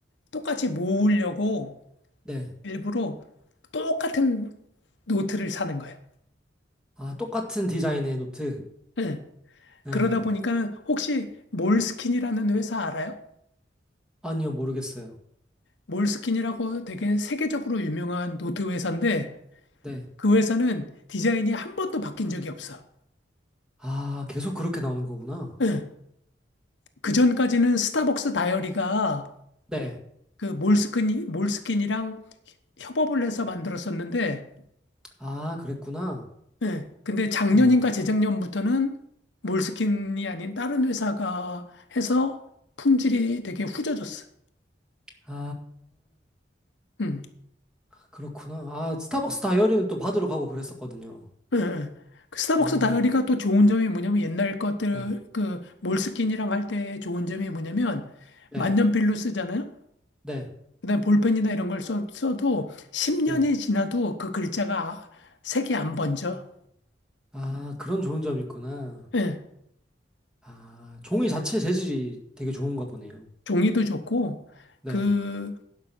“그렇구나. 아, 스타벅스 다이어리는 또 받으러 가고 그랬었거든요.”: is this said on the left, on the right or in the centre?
Centre